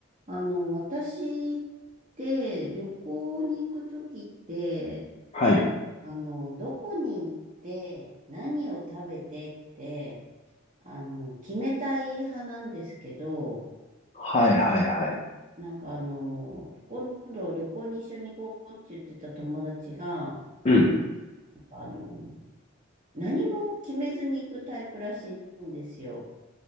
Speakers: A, on the right; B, on the left.
A: あの、私って旅行に行くときって、
B: はい。
A: あの、どこに行って、何を食べてって、あの、決めたい派なんですけど、
B: はいはいはい。
A: なんかあの、今度旅行に一緒に行こうって言ってた友達が、
B: うん。
A: あの、何も決めずに行くタイプらしいんですよ。